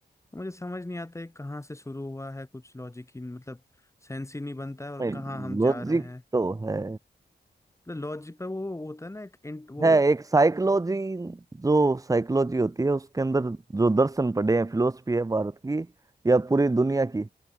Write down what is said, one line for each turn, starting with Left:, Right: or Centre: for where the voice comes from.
Left: मुझे समझ नहीं आता है कहाँ से शुरू हुआ है कुछ लॉजिक ही मतलब सेंस ही नहीं बनता है और
Right: लॉजिक
Left: कहाँ हम जा रहे हैं
Right: तो है
Left: मतलब लॉजिक पर वो वो होता है ना एक int- वो
Right: है एक साइकोलॉजी जो साइकोलॉजी होती है उसके अंदर जो दर्शन पड़े हैं फिलोसफी है भारत की या पूरी दुनिया की